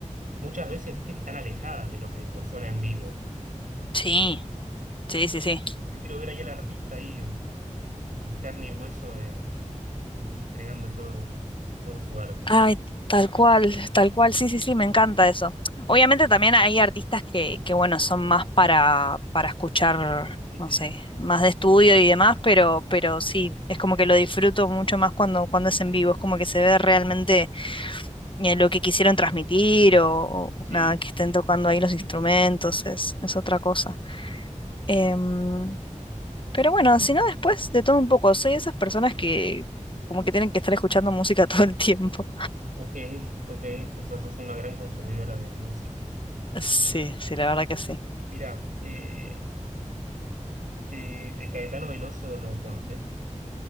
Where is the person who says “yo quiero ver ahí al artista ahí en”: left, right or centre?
Right